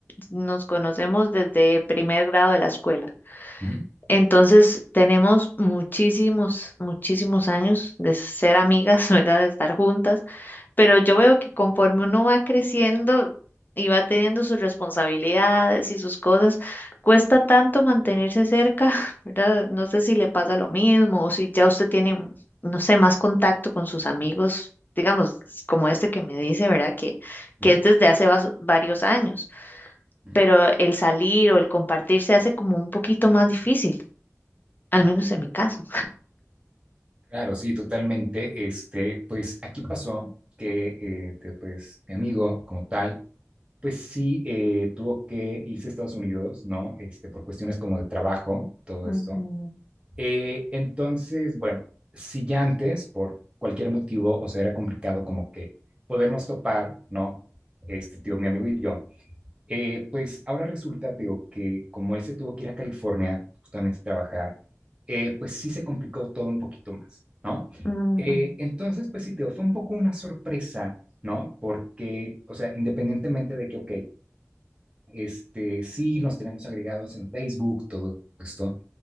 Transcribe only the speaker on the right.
Ujú,
ujú,
ujú,
ujú.
Claro, sí, totalmente. Este, pues aquí pasó que, eh, te- pues, mi amigo como tal, pues sí, eh, tuvo que irse a Estados Unidos, ¿no? Este, por cuestiones como de trabajo, todo
esto. Eh, entonces, bueno, si ya antes, por cualquier motivo, o sea, era complicado como que podernos topar, ¿no? Este tío, mi amigo y yo, eh, pues ahora resulta, tío, que como él se tuvo que ir a California justamente a trabajar, eh, pues sí se complicó todo un poquito más, ¿no?
Eh, entonces, pues sí, tío, fue un poco una sorpresa, ¿no? Porque, o sea, independientemente de que, ok, este, sí, nos tenemos agregados en Facebook, todo esto,